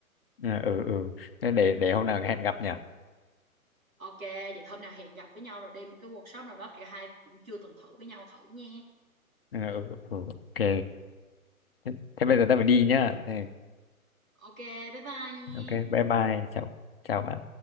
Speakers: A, on the left; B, on the right.
A: ừ ừ ừ. Thế để để hôm nào hẹn gặp nhỉ
B: Ok, vậy hôm nào hẹn gặp với nhau rồi đi một cái workshop nào đó cả hai cũng chưa từng thử với nhau thử nha.
A: ừ, ừ, ừ, ok thế, thế bây giờ ta phải đi nhá thế,
B: Ok, bye bye nha.
A: ok bye bye chào chào bạn